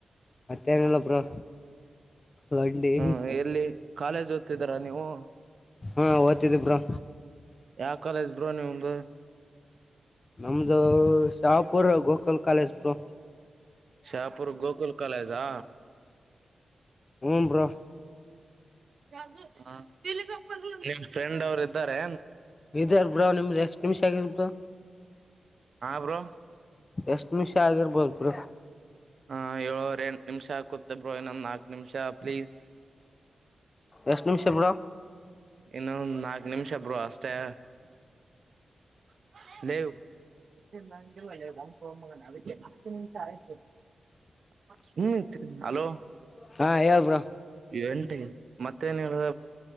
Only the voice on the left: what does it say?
ಮತ್ತೇನಿಲ್ಲ ಬ್ರೋ ಲಡ್ಡಿ
ಹಾ ಓದ್ತಿದಿಬ್ರಾ.
ನಮ್ದು ಶಹಾಪುರ ಗೋಕಲ್ ಕಾಲೇಜ ಬ್ರೋ.
ಹ್ಮ್ ಬ್ರೋ.
ಇದಾರ್ ಬ್ರೋ ನಿಮ್ದು ಎಷ್ಟ್ ನಿಮಿಷ ಆಗಿರ್ ಬ್ರೋ
ಎಷ್ಟ್ ನಿಮಿಷ ಆಗಿರ್ಬೋದ್ರ ಬ್ರೋ.
ಎಷ್ಟ್ ನಿಮಿಷ ಬ್ರೋ
ಹಾ ಹೇಳ್ ಬ್ರೋ